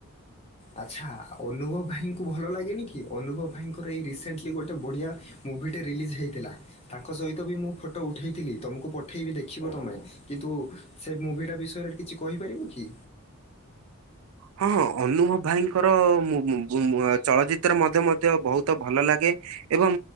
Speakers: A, on the left; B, on the right.
A: ଆଚ୍ଛା ଅନୁଭବ ଭାଇଙ୍କୁ ଭଲ ଲାଗେନି କି ଅନୁଭବ ଭାଇଙ୍କର ଏଇ ରିସେଣ୍ଟଲି ଗୋଟେ ବଢ଼ିଆ ମୁଭି ଟେ ରିଲିଜ୍ ହେଇଥିଲା ତାଙ୍କ ସହିତ ବି ମୁଁ ଫଟୋ ଉଠେଇଥିଲି ତମକୁ ପଠେଇବି ଦେଖିବ ତମେ କିନ୍ତୁ ସେ ମୁଭିଟା ବିଷୟରେ କିଛି କହିପାରିବୁ କି?
B: ହଁ ହଁ ଅନୁଭବ ଭାଇଙ୍କର ମୁଗ୍ ମୁଗ୍ ମୁ ମୁଗ୍ ଚଳଚିତ୍ର ମଧ୍ୟ ମଧ୍ୟ ବୋହୁତ ତ ଭଲ ଲାଗେ ଏବଂ